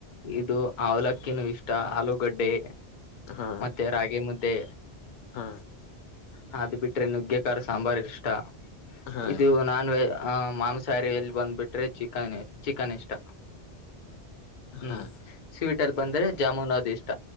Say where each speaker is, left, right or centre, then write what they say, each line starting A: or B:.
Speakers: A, on the left; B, on the left.
A: ಇದು ಅವಲಕ್ಕಿನೂ ಇಷ್ಟ ಆಲೂಗಡ್ಡೆ
B: ಹಾ
A: ಮತ್ತೆ ರಾಗಿ ಮುದ್ದೆ
B: ಹಾ
A: ಹ ಅದು ಬಿಟ್ರಿ ನುಗ್ಗೆಖಾರ್ ಸಾಂಬಾರ್ ಇಷ್ಟ
B: ಹಾ
A: ಇದು ನಾನ್ ವಜ ಹ ಮಾಂಸಾಹಾರ ಎಲ್ಲಿ ಬಂದ್ಬಿಟ್ರೆ ಚಿಕನ್ ಚಿಕನ್ ಇಷ್ಟ ಹ್ಮ್
B: ಹಾ
A: ಸ್ವೀಟ್ ಅಲ್ಲಿ ಬಂದ್ರೆ ಜಾಮೂನ್ ಅದು ಇಷ್ಟ